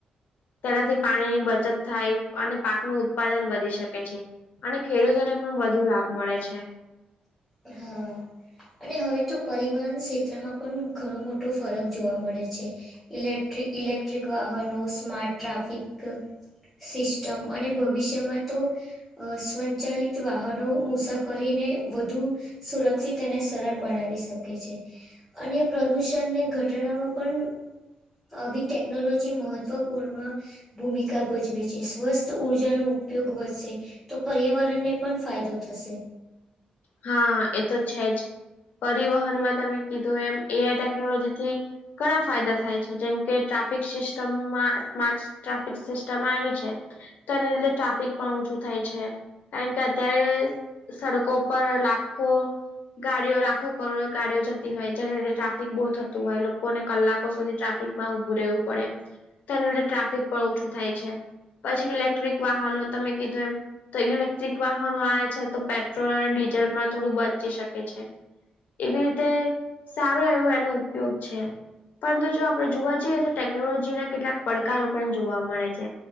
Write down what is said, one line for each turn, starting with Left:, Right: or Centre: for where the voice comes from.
Left: તેનાથી પાણીની બચત થાય અને પાકનું ઉત્પાદન વધી શકે છે. અને ખેડૂતોને પણ વધુ લાભ મળે છે.
Centre: હા. અને હવે તો પરિવહન ક્ષેત્રમાં પણ ઘણું મોટો ફરક જોવા મળે છે. ઇલેક્ટ્રિક ઇલેક્ટ્રિક વાહનો સ્મા્ટ ટ્રાફિક સિસ્ટમ અને ભવિષ્યમાં તો. અ સ્વચાલિત વાહનો મુસાફરીને વધુ સુરક્ષિત અને સરળ બનાવી શકે છે. અને પ્રદુષણને ઘટાડવામાં પણ. અભી ટેકનોલોજી મહત્ત્વપૂર્ણ ભૂમિકા ભજવે છે, સ્વસ્થ ઉર્જાનો ઉપયોગ વધશે. તો પર્યાવરણને પણ ફાયદો થશે.
Left: હા, એ તો છે જ પરિવહનમાં તમે કીધું એમ એઆઈ ટેકનોલોજીથી ઘણા ફાયદા થાય છે. જેમ કે ટ્રાફિક સિસ્ટમમાં ટ્રાફિક સિસ્ટમ આવી છે. તો એને લીધે ટ્રાફિક પણ ઓછું થાય છે. કારણ કે અત્યારે સડકો પર લાખો. ગાડીઓ લાખો કરોડો ગાડીઓ જતી જેને લીધે ટ્રાફિક બહુ થતું હોય, લોકોને કલાકો સુધી ટ્રાફિક. માં ઉભું રહેવું પડે તેને લીધે ટ્રાફિક પણ ઓછું થાય છે. પછી ઇલેક્ટ્રિક વાહનો તમે કીધું એમ તો ઇલેક્ટ્રિક વાહનો આયા છે તો પેટ્રોલ અને ડીઝલ પણ થોડું બચી શકે છે. એવી રીતે સારો એવો એનો ઉપયોગ છે. પરંતુ જો આપડે જોવા જઈએ તો ટેકનોલોજીના કેટલાક પડકારો પણ જોવા મળે છે.